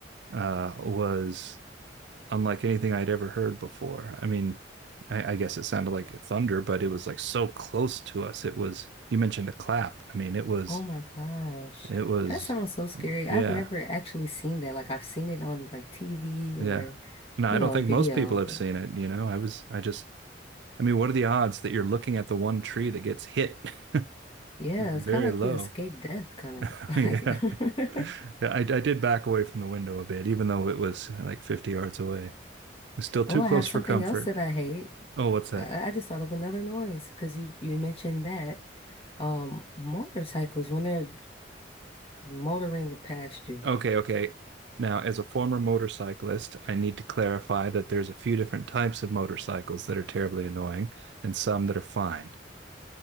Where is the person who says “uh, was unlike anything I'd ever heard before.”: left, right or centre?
Right